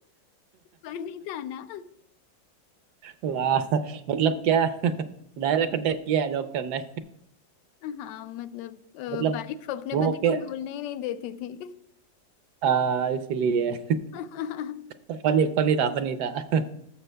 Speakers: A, on the left; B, on the right.
A: नहीं था ना
B: वाह मतलब क्या डायरेक्ट अटैक किया है डॉक्टर ने
A: हाँ मतलब अ,
B: मतलब
A: वाइफ अपने
B: वो
A: पति
B: ओके
A: को बोलने ही नहीं देती थी
B: आ, इसीलिए
A: हाँ
B: फनी फनी था फनी था आ,